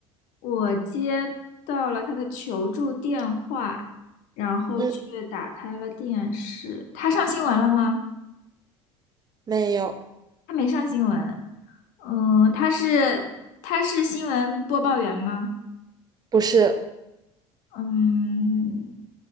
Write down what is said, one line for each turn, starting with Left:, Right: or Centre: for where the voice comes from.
Left: 我接到了他的求助电话，然后却打开了电视。
Right: 嗯，
Left: 他上新闻了吗？
Right: 没有，
Left: 他没上新闻。嗯，他是他是新闻播报员吗？
Right: 不是，
Left: 嗯，